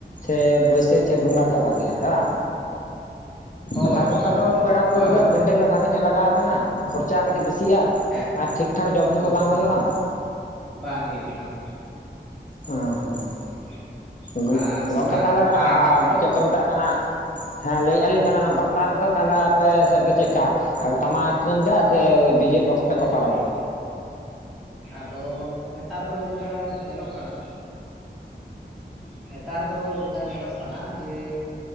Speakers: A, on the left (about 45°); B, in the centre.
A: ᱥᱮ ᱵᱟᱹᱭᱥᱟᱹᱠᱷ ᱡᱷᱮᱸᱴ ᱵᱚᱸᱜᱟ ᱜᱮ ᱵᱷᱟᱜᱮᱭᱟ ᱦᱮᱸ ᱵᱟ?
B: ᱦᱳᱭ
A: ᱟᱥᱟᱲ
B: ᱦᱳᱭ
A: ᱵᱚᱸᱜᱟ ᱫᱚ
B: ᱦᱳᱭ ᱦᱳᱭ
A: ᱯᱮᱲᱟ ᱯᱟᱹᱨᱵᱷᱟᱹᱫ
B: ᱦᱳᱭ
A: ᱯᱮᱱᱰᱮᱹᱞ ᱦᱚᱸ ᱵᱷᱟᱜᱤ ᱧᱚᱜ ᱞᱟᱜᱟᱣᱟᱵᱮᱱᱟ, ᱠᱷᱚᱨᱚᱪ ᱪᱟ ᱠᱟᱹᱴᱤᱡ ᱵᱤᱥᱤᱜᱼᱟ
B: ᱦᱮᱸ
A: ᱟᱨ ᱴᱷᱤᱠ ᱴᱷᱟᱠ ᱡᱚᱢ ᱧᱩ
B: ᱦᱳᱭ
A: ᱦᱚᱸ ᱵᱟᱝ ᱦᱩᱭᱩᱜᱼᱟ᱾
B: ᱵᱟᱝ ᱦᱩᱭᱩᱜᱼᱟ, ᱵᱟᱝ ᱦᱩᱭᱩᱜᱼᱟ᱾
A: ᱦᱮᱸ ᱦᱮᱸ᱾
B: ᱵᱟᱝ ᱦᱩᱭᱩᱜᱼᱟ
A: ᱜᱚᱜ
B: ᱟᱨ ᱥᱟ
A: ᱜᱚᱝᱠᱮ ᱛᱟᱦᱞᱮ ᱚᱱᱟ
B: ᱢᱟᱨᱟᱝ ᱠᱟᱛᱷᱟ ᱫᱚ
A: ᱪᱮᱫ ᱠᱚ ᱢᱮᱛᱟᱜ ᱠᱟᱱᱟ ᱦᱮᱸ ᱞᱟᱹᱭᱮᱜᱼᱟ ᱞᱤᱧ ᱵᱟᱯᱞᱟ ᱨᱮᱫᱚ ᱛᱟᱦᱞᱮ ᱟᱯᱮ ᱥᱮᱫ ᱫᱚ ᱪᱮᱫᱠᱟ ᱴᱟᱢᱟᱠ ᱛᱩᱢᱫᱟᱜ ᱥᱮ ᱰᱤᱡᱮ ᱵᱚᱠᱥ?
B: ᱥᱮ
A: ᱛᱮᱠᱚ ᱯᱟᱨᱚᱢᱟ?
B: ᱰᱤᱡᱮ ᱵᱚᱠᱥ? ᱟᱫᱚ ᱱᱮᱛᱟᱨ ᱫᱚ ᱡᱮᱴᱟ ᱧᱮᱞᱚᱜ ᱠᱟᱱᱟ ᱱᱮᱛᱟᱨ ᱫᱚ ᱡᱮᱴᱟ ᱧᱮᱞᱚᱜ ᱠᱟᱱᱟ ᱡᱮ